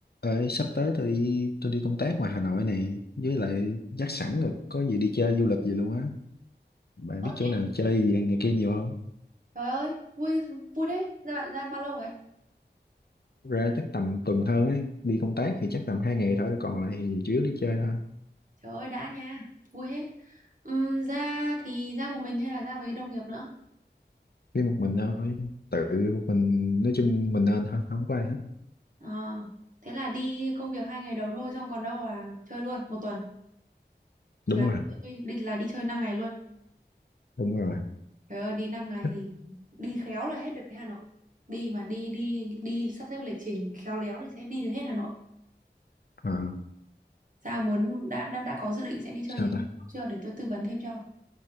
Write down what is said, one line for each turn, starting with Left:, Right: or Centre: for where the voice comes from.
Left: Ơi, sắp tới tôi đi tôi đi công tác ngoài Hà Nội này với lại dắt sẵn rồi có gì đi chơi du lịch gì luôn á bạn
Right: Ơ,
Left: biết chỗ nào chơi gì hay này kia nhiều không
Right: Trời ơi, vui vui đấy. Ra bạn ra bao lâu vậy?
Left: ra chắc tầm tuần hơn ấy đi công tác thì chắc tầm hai ngày thôi còn lại thì chủ yếu đi chơi thôi
Right: Trời ơi đã nha, vui hết. Ừm, ra thì ra một mình hay là ra với đồng nghiệp nữa?
Left: đi một mình thôi tự một mình nói chung mình nên thôi không có ai hết
Right: Ờ, thế là đi công việc hai ngày đầu thôi, xong còn đâu là chơi luôn một tuần
Left: đúng
Right: là
Left: rồi
Right: đi đi- là đi chơi 5 ngày luôn.
Left: đúng rồi
Right: Trời ơi đi năm ngày
Left: thích
Right: thì đi khéo là hết được cái Hà Nội. Đi mà đi đi đi sắp xếp lịch trình khéo léo thì sẽ đi được hết Hà Nội.
Left: ờ,
Right: Sao muốn đã đã đã có dự định sẽ đi chơi
Left: sao
Right: nhưng
Left: ta
Right: chưa để tôi tư vấn thêm cho.